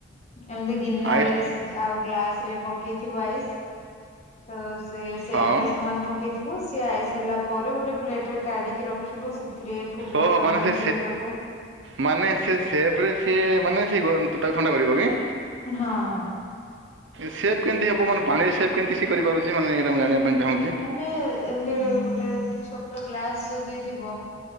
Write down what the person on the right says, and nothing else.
ଆୟୁଷ
ହଁ
ଓହୋ
ସେ
ମାନେ ସେ ସେପ୍ ରେ ସେ ମାନେ ସେ ତାକୁ ଥଣ୍ଡା କରିବ କି
ସେପ୍ କେମିତି ହବ ମାନେ ପାଣି ସେପ୍ କେମିତିି ସେ କରିପାରୁଛି ମାନେ ଏଇଟା ମୁଁ ଜାଣିବା ପାଇଁ ଚାହୁଁଛି